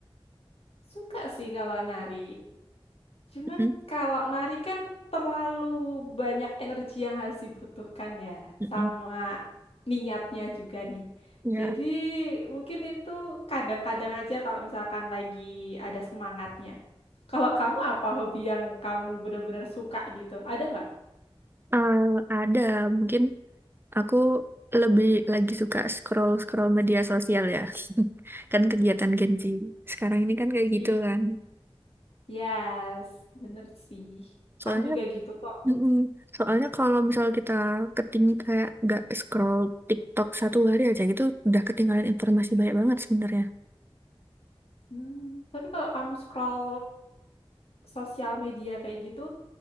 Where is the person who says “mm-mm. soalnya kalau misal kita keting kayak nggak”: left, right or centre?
Right